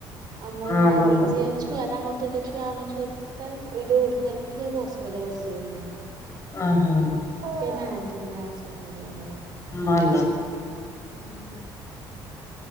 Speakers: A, on the right; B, on the left.
A: ଆମର
B: ହଁ
A: ନା
B: ଭଲ
A: ନିଜେ ଛୁଆ ତାଙ୍କର ଦିଟା ଛୁଆ ଆମ ଝିଅ ଦିଟା ଏଇଠି ଉଠ କହିଲେ ଉଠିବେ, ବସ୍ କହିଲେ ବସିବେ ସେମାନେ।
B: ଓହୋ।
A: କେହି ନାହାଁନ୍ତି ଏମତି ଭାଷା କହିଲାର ବା।
B: ଭଲ।
A: ଏ ମା